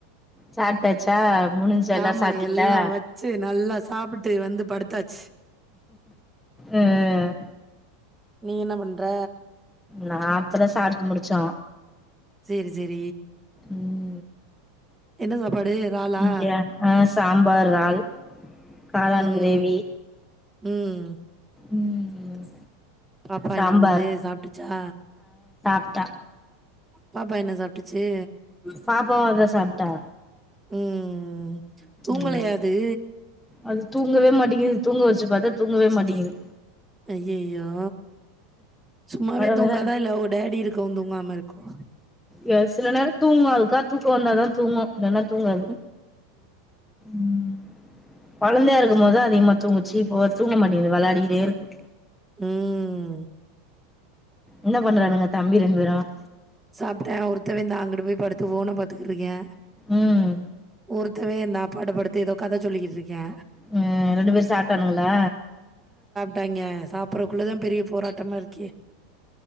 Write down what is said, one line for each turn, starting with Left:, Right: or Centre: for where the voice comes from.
Centre: சாப்ட்டாச்சா முடிஞ்சா எல்லாரு
Right: ஆமா
Centre: சாப்ட்டீங்களா
Right: எல்லா வச்சு நல்லா சாப்ட்டுட் டு வந்து படுத்தாச்சு
Centre: அஹ்
Right: நீ என்ன பண்ற
Centre: நா இப்பதா சாப்ட்டு முடிச்சோ
Right: செரி செரி
Centre: ம்
Right: என்ன சாப் பாடு றாலா
Centre: இங்க ஆ சாம்பார் றால் காளான் கிரேவி
Right: ம் ம்
Centre: ம்
Right: பாப்பா
Centre: சாம்பார்
Right: என்ன பண்ணுது சாப்பட்டுச்சா
Centre: யா
Right: பாப்பா என்ன சாப்ட்டுச்சு
Centre: பாப்பாவோ அதுதா சாப்ட்டா
Right: ம் தூங்கலையா
Centre: ம்
Right: அது
Centre: அது தூங்கவே மாட்டிங்குது தூங்க வெச்சு பாத்தா தூங்கவே மாட்டிங்குது
Right: அய்யய்யோ சும்மாவே
Centre: வர
Right: தூங்காதா
Centre: வர
Right: இல்ல அவங்க டேடி இருக் க்கும் தூங்காம இருக்கும்
Centre: ஏ சில நேர தூங்கு அதுக்கா தூக்க வந்தாதா தூங்கு இல்லன்னா தூங்காது
Right: ம்,
Centre: ம் கொழந்தையா இருக்கும்போது அதிகமா தூங்குச்சு இப்போ தூங்க மாட்டிங்குது வெளையாடிகிட்டே இருக்கு
Right: ம்
Centre: என்ன பண்றானுங்க தம்பி ரெண்ட் பேரும்
Right: சாப்ட்டே ஒருத்தவ இந்தா அங்கிட்டு போய் படுத்து ஃபோன பாத்துக்குரிக்கே
Centre: ம்
Right: ஒருத்தவே நா பாட்டு படுத்து ஏதோ கத சொல்லிக்கிட்ருக்கே
Centre: ம் ரெண்டு பேரு சாப்ட்டானுகளா
Right: டாங்கஸ் சாப்பிறக்குள்ளதா பெரிய போராட்டமா இருக்கே